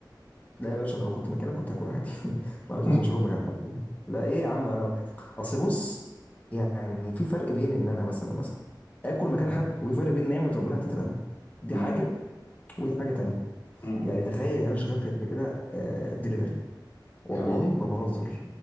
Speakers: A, on the left (about 20°); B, on the left (about 40°).
A: لا يا باشا انا لو كنت مكانك كنت هاكل عادي <laughs> ما عنديش
B: <laughs>
A: مشاكل مكان حد لا ايه يا عم انا اصل بص يعني في فرق بين ان انا مثلا مثلا اكل مكان حد وفي فرق بين نعمه ربنا هتترمى دي
B: مم.
A: حاجه ودي حاجه تانية
B: مم.
A: يعني تخيل انا شغلت قبل كده دليفري والله
B: جميل
A: ما بهزر